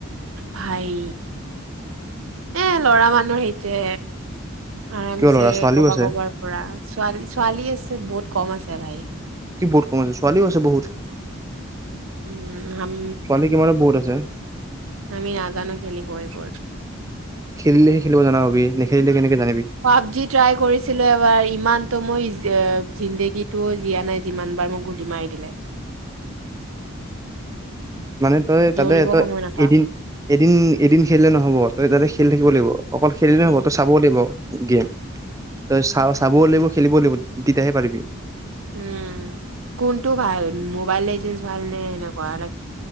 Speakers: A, on the right (about 80°); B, on the right (about 15°).
A: ভাই, এ ল'ৰা মানুহ সেইটোৱে। আৰামছে
B: কিয় ল'ৰা ছোৱালীও
A: কবা
B: আছে
A: কবাৰ পৰা ছোৱালী-ছোৱালী আছে বহুত কম আছে ভাই
B: কি বহুত কমা আছে, ছোৱালীও আছে বহুত।
A: উম হম,
B: ছোৱালী কিমানো বহুত আছে
A: আমি নাজানো খেলিব এইবোৰ।
B: খেলিলেহে খেলিব জনা হবি নেখেলিলে কেনেকে জানিবি
A: পাবজি ট্ৰাই কৰিছিলো, এবাৰ ইমানটো মই জিন্দেগীটো জিয়া নাই, যিমান বাৰ মোক গুলি মাৰি দিলে।
B: মানে, তই
A: দৌৰিব
B: তাতে তই
A: সময় নাপাওঁ
B: এদিন-এদিন-এদিন খেলিলে নহব, তই তাতে খেল থাকিব লাগিব অকল খেলিলে
A: উম
B: নহ'ব তই চাব লাগিব। গেম, তই চা-চাবও লাগিব, খেলিবও লাগিব তেতিয়াহে পাৰিবি।
A: উম, কোনটো ভাল মোবাইল লেজেণ্ডছ ভাল নে সেনেকুৱা